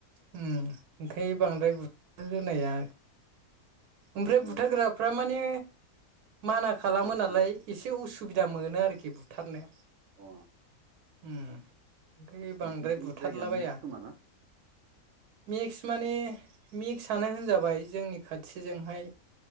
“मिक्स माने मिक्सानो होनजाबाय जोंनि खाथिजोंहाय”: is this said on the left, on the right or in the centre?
Right